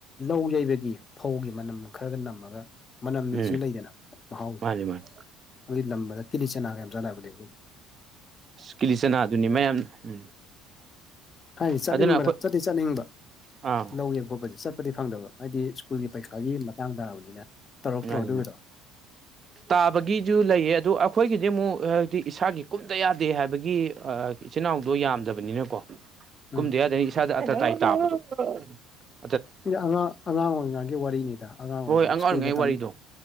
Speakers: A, on the left (about 35°); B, on the right (about 40°).
A: ꯂꯧ ꯌꯩꯕꯒꯤ ꯐꯧꯒꯤ ꯃꯅꯝ ꯈꯔꯒ ꯅꯝꯃꯒ ꯃꯅꯝ
B: ꯎꯝ
A: ꯁꯨ ꯂꯩꯗꯅ ꯃꯍꯥꯎꯁꯦ
B: ꯃꯥꯅꯤ ꯃꯥꯅꯤ
A: ꯑꯗꯨꯒꯤ ꯂꯝꯕꯗ ꯇꯤꯂꯤ ꯆꯅꯥꯒ ꯌꯥꯝ ꯆꯥꯟꯅꯕꯅꯦ ꯍꯧꯖꯤ
B: ꯀꯤꯂꯤꯆꯅꯥ ꯑꯗꯨꯅꯤ ꯃꯌꯥꯝ ꯎꯝ
A: ꯍꯥꯏꯗꯤ ꯆꯠꯅꯤꯡꯕꯗ
B: ꯑꯗꯨꯅ ꯑꯩꯈꯣꯏ
A: ꯆꯠꯇꯤ ꯆꯠꯅꯤꯡꯕ
B: ꯑꯥ
A: ꯂꯧꯋꯦꯕ ꯈꯣꯠꯄꯁꯦ ꯆꯠꯄꯗꯤ ꯐꯪꯗꯕ ꯍꯥꯏꯗꯤ ꯁ꯭ꯀꯨꯜꯒꯤ ꯄꯔꯤꯈꯥꯒꯤ ꯃꯇꯥꯡ ꯇꯥꯕꯅꯤꯅ ꯇꯧꯔꯛꯇ꯭ꯔꯣ
B: ꯉꯔꯤ
A: ꯑꯗꯨꯒꯤꯗꯣ
B: ꯇꯥꯕꯒꯤꯁꯨ ꯂꯩꯌꯦ ꯑꯗꯣ ꯑꯩꯈꯣꯏꯒꯤꯗꯤ ꯑꯃꯨꯛ ꯍꯥꯏꯗꯤ ꯏꯁꯥꯒꯤ ꯀꯨꯝꯗ ꯌꯥꯗꯦ ꯍꯥꯏꯕꯒꯤ ꯏꯆꯤꯟ ꯏꯅꯥꯎꯗꯣ ꯌꯥꯝꯗꯕꯅꯤꯅꯀꯣ
A: ꯎꯝ
B: ꯀꯨꯝꯗ ꯌꯥꯗꯅꯤ ꯏꯁꯥꯗ ꯑꯇꯇꯥꯏ ꯇꯥꯕꯗꯣ ꯎ
A: ꯑꯉꯥꯡ ꯑꯉꯥꯡ ꯑꯣꯏꯔꯤꯉꯥꯒꯤ ꯋꯥꯔꯤꯅꯤꯗ ꯑꯉꯥꯡ ꯑꯣꯏꯔꯤꯉ
B: ꯍꯣꯏ
A: ꯁ꯭ꯀꯨꯜꯒꯝ
B: ꯑꯣꯏꯔꯤꯉꯩ ꯋꯥꯔꯤꯗꯣ